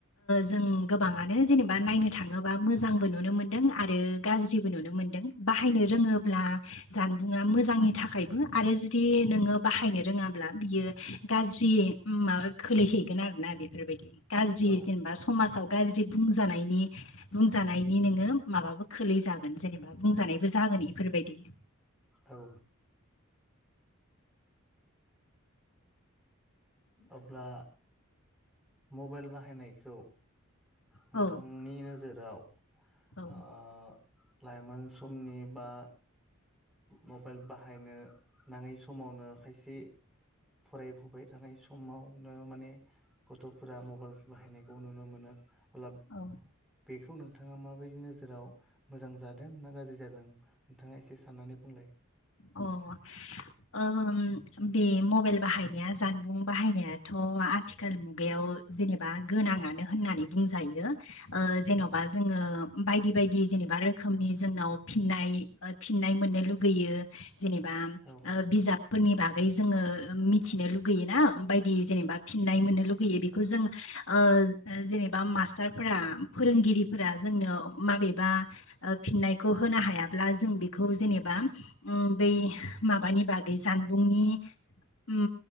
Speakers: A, on the left; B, in the centre.
A: जों गोबाङनो जेनेबा नायनो थाङोबा मोजांबो नुनो मोन दों आरो गाज्रिबो नुनो मोनदों बाहायनो सोङोब्ला जाम बुङा मोजांनि थाखायबो आरो जुदि नोङो बाहायनो रोङाब्ला बियो गाज्रियै माबा खोलैहैगोन आरोना बेब फोरबायदि गाज्रि
B: औ
A: जेनेबा समाजाव गाज्रि बुंजानायनि बुंजानायनि नोङो माबाबो खोलै जागोन जेनेबा बुंजानायबो जागोन इफोरबायदि।
B: औ अब्ला मबाइल बाहायनायखौ नोंथांनि
A: औ
B: नोजोराव
A: औ
B: ओ लाइमोन समनि बा मबाइल बाहायनो नाङै समावनो खायसे फरायफुबाय थानाय समावनो माने गथ'फोरा मबाइल बाहायनायखौ नुनो मोनो। ख्लाब
A: औ
B: बेखौ नों थाङा माबायदि नोजोराव मोजां जादों ना गाज्रि जादों नोंथाङा एसे साननानै बुंलाय
A: अ ओम बे मबाइल बाहायनाया जानबुं बाहायनायाथ' आथिखाल मुगायाव जेनेबा गोनां नाङानो होननानै बुंजायो ओ‌ जेन'बा
B: औ
A: जोङो बायदि बायदि जेनेबा रोखोमनि जोंनाव फिनाय ओ फिनाय मोननो लुब गैयो जेनेबा
B: औ
A: ओ बिजाबफोरनि बाग फ्राय जोङो मिथिनो लुगैयो ना बायदि जेनेबा फिननाय मोननो लुगैयो बेखौ जों ओ जे-जेनेबा मास्टारफोरा फोरोंगिरिफोरा जोंनो माबेबा ओ फिननायखौ होनो हायाब्ला जों बेखौ जेनेबा उम बै माबानि बागै जानबुंनि उम